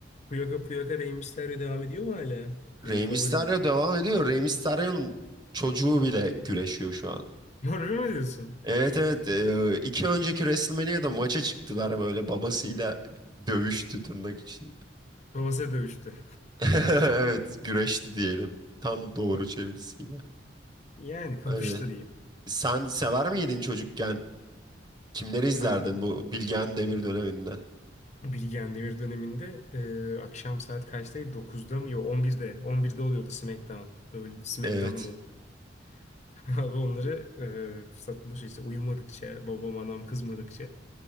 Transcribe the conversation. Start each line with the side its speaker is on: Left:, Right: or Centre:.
Left: Puyaka Puyaka Rey Mysterio devam ediyor mu hala? Benim
Right: Rey
Left: favorim.
Right: Mysterio devam ediyor. Rey Mysterio'nun çocuğu bile güreşiyor şu an.
Left: Harbi mi diyorsun?
Right: Evet evet Ee, iki önceki WrestleMania'da maça çıktılar böyle babasıyla dövüştü tırnak için.
Left: Babası dövüştü.
Right: <laughs> Evet güreşti diyelim tam doğru
Left: <laughs>
Right: çevirisiyle.
Left: Yani kapıştı
Right: Öyle.
Left: diyelim.
Right: Sen sever miydin çocukken? Kimleri izlerdin
Left: Abi ben
Right: bu Bilgehan Demir döneminde?
Left: Bilgehan Demir döneminde e, akşam saat kaçtaydı? Dokuzda mı? Yok on birde? On birde oluyordu SmackDown. Böyle SmackDown'da
Right: Evet.
Left: oldu. <laughs> Abi onları e, fırsat buluşu işte uyumadıkça, babam anam kızmadıkça